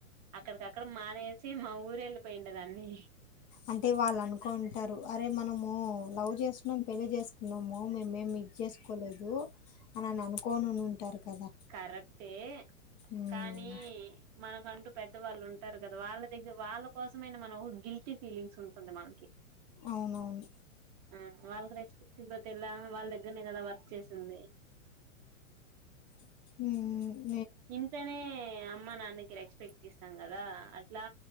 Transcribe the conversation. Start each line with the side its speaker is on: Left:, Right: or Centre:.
Right: అక్కడికక్కడ మానేసి మా ఊరు వెళ్ళ పోయింట నన్నీ
Left: అంటే వాళ్ళు అనుకుంటారు అరే మనము లవ్ చేసుకున్నాం పెళ్లి చేసు న్నామో మేమేం మిస్ చేసుకోలేదు అన అని అనుకోని ఉంటారు కదా
Right: కరెక్టే
Left: ఉమ్
Right: కానీ మనకంటూ పెద్దవాళ్ళు ఉంటారు కదా వాళ్ళ దగ్గర వాళ్ళ కోసమైనా మనం గిల్టీ ఫీలింగ్స్ ఉంటుంది మనకి
Left: అవునవును
Right: ఆ వాళ్ళకి రెస్పెక్ట్ ఇపోతే ఎలా వాళ్ళ దగ్గరనే కదా వర్క్ చేసింది
Left: ఉం
Right: ఇంతనే అమ్మా నాన్నకి రెచ్ పెక్ట్ ఇస్తాం కదా లా